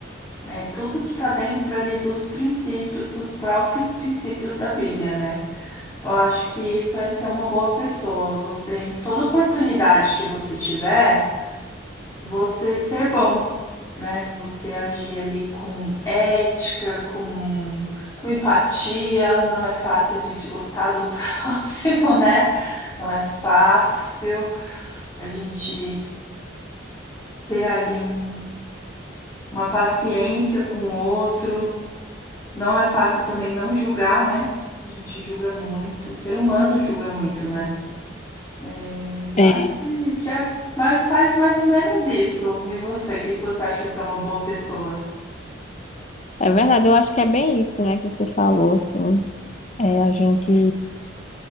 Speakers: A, on the left (about 15°); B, on the left (about 35°).
A: É tudo que tá dentro ali dos princípios, dos próprios princípios da Bíblia, né? Eu acho que isso é ser uma boa pessoa. Você, em toda oportunidade que você tiver, você ser bom. né? Você agir ali com ética, com, com empatia. Não é fácil a gente gostar do <laughs> próximo, né? Não é fácil a gente ter ali um- uma paciência com o outro. Não é fácil também não julgar, né? A gente julga muito, o ser humano julga muito, né? É, eu
B: É,
A: acho que que é, mas faz mais ou menos isso. E você, o que que você acha que é ser uma boa pessoa?
B: é verdade, eu acho que é bem isso, né, que você falou, assim. É, a gente